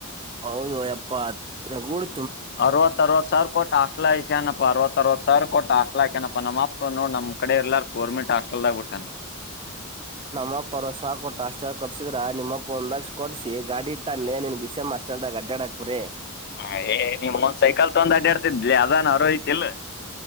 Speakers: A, on the right; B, on the left.
A: ಹೌದು ಯಪ್ಪಾ ಹತ್ರಗೂಡ್
B: ಅರವತ್ತ ಅರವತ್ ಸಾವಿರ ಕೊಟ್ಟ ಅಷ್ ಟ್ಲಾ ಅರವತ್ತು ಅರವತ್ ಸರ್ ಕೊಟ್ಟ ಅಸ್ಲಾಕ್ ಅಕ್ಯನ ನಮ್ಮಪ್ಪ ನೋಡ್ ನಮ್ಮ್ ಕಡೆ ಎಲ್ಲಾರ್ ಗರ್ಮಂಟ್ ಹಸ್ಟಲಾಗ್ <unintelligible>
A: ನಮ್ಮ ಅಪ್ಪ ಅರವತ್ ಸಾವಿರ ಕೊಟ್ಟು ಹಾಸ್ಟೆಲ್ ಕಟ್ಟಸಿದ್ರೆ. ನಿಮ್ಮಪ್ಪ ಒಂದ್ ಲಕ್ಷ ಕೊಡ್ಸಿ ಗಾಡಿ ಇಟ್ಟಾನೆ ನೀನ್ ಬಿಸ ಅಸ್ಟೆಲ್ದಾಗ ಅಡ್ಡಕ್ುರೇ
B: ಹ ಏ ನಿಮಂದ್ ಸೈಕಲ್ ತೊಂದ್ ಅಡ್ಡಾಡ್ತಿದ್ಲಿ ಅದಾನ ಅರೋ ಯತಿಲ್.